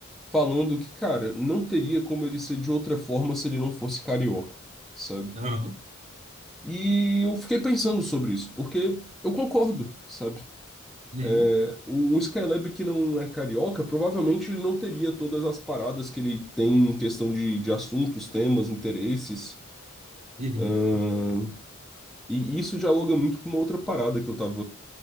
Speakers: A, in the centre; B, on the right.
A: falando que, cara, não teria como ele ser de outra forma se ele não fosse carioca, sabe?
B: Aham.
A: E eu fiquei pensando sobre isso, porque eu concordo, sabe?
B: Uhum.
A: É, o o Skylab que não é carioca, provavelmente ele não teria todas as paradas que ele tem em questão de, de assuntos, temas, interesses.
B: Uhum.
A: ahn, e isso dialoga muito com uma outra parada que eu tava